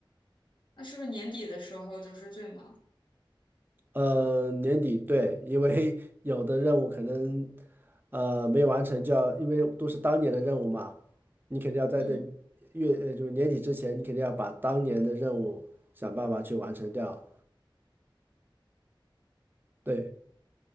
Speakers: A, on the left; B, on the right.
A: 那是不是年底的时候就是最忙？
B: 呃，年底对，因为 <laughs> 有的任务可能呃没完成，就要因为都是当年的任务嘛，你肯定要在这
A: 嗯
B: 月呃就是年底之前，你肯定要把当年的任务想办法去完成掉。对，